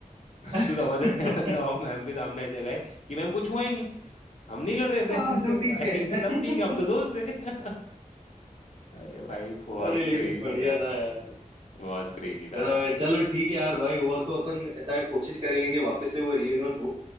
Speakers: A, on the left (about 55°); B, on the right (about 45°).
A: <laughs>
B: <laughs>
A: तो समझ रहे हैं मतलब हम मैम के सामने ऐसे गए कि मैम कुछ हुआ ही नहीं हम नहीं लड़ रहे
B: हाँ
A: थे
B: सब
A: <laughs>
B: ठीक
A: भाई
B: है
A: सब ठीक है हम तो
B: <laughs>
A: दोस्त थे <laughs> अरे भाई बहुत
B: अरे लेकिन
A: क्रेजी
B: बढ़िया
A: था
B: था
A: यार
B: यार
A: बहुत क्रेजी था
B: मतलब
A: यार
B: है, चलो ठीक है यार भाई हुआ तो अपन ऐसा कोशिश करेंगे कि वापस से वो रियूनियन हो